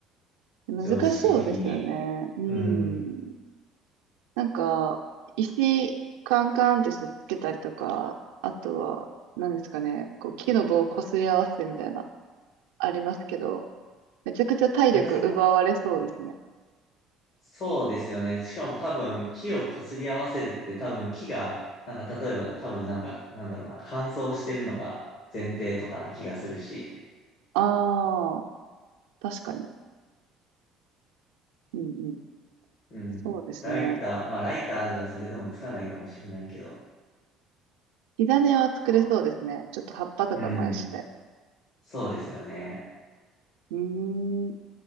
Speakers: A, on the right; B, on the left.
A: 難しそうですよね。
B: 常識的に。
A: うん。
B: うん。
A: なんか、石カンカンってしてつけたりとか、あとは、何ですかね、こう木の棒をこすり合わせてみたいな、ありますけど、めちゃくちゃ体力奪われそうですね。
B: あれも、そうですよね。しかも多分、木を擦り合わせるって多分、木が、なんか例えば多分なんか、なんだろうな、乾燥してるのが前提とかな気がするし。
A: ああ、確かに。うんうん。
B: うん。
A: そうですね。
B: ライター、まあライターじゃそれでもつかないかもしれないけど。
A: 火種は作れそうですね。
B: まあ、
A: ちょっと葉っぱとか燃やして。
B: うん。そうですよね。
A: うーん。